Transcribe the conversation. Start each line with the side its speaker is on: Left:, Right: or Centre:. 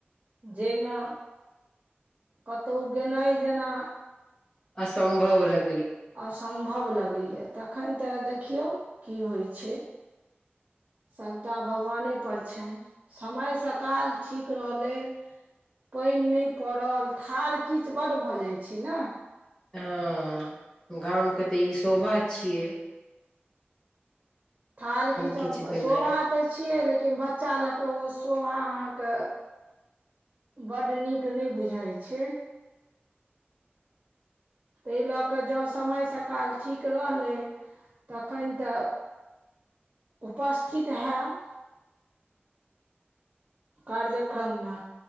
Right: जैय मे कतउ गेनाइ जेना
Left: असंम्भव लग
Right: असंभव व लगैया तखन तऽ देखियौ की होइ छैय। सभटा भगवानेपर छैन समय सकाल ठीक रहलै। पइन नै पड़ल थाल किच बड भऽ जाइ छैय न।
Left: हँ गामके तऽ ई शोभा छियै।
Right: थाल किच
Left: किछु भेनाइ
Right: शोभा तऽ छियै लेकिन बच्चा लऽक ओ शोभा अहाँके बड्ड नीक नै बुझाइ छैय। तै लऽ कऽ जँ समय सकाल ठीक रहलै तखन तऽ उपस्थित हैब कार्यक्रम मे